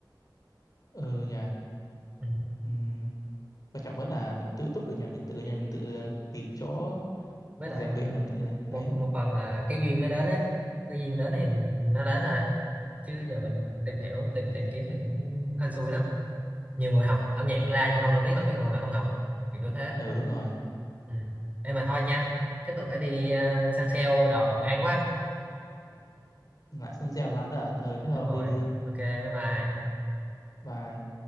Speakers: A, on the left; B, on the right.
A: ừ nhà
B: Ừ.
A: Ừm, quan trọng vẫn là mình tự túc được nhà mình tự nhà mình tự tìm chỗ
B: với
A: rèn
B: lại
A: luyện ở tự
B: một
A: đấy
B: một phần là cái duyên nó đến á cái duyên đến thì nó đến thôi chứ giờ mình tìm hiểu tìm
A: ừ,
B: tìm kiếm thì cũng hên xui lắm nhiều người học âm nhạc ra nhưng không nổi tiếng bằng mấy người mà không học kiểu như thế
A: ừ đúng rồi
B: ừ. em mà thôi nha chắc tôi phải đi uh, săn sale đồ ăn quá
A: lại sân gieo đoán là ờ thế thôi
B: đúng
A: ông
B: rồi
A: đi đi
B: ok bye bye
A: bye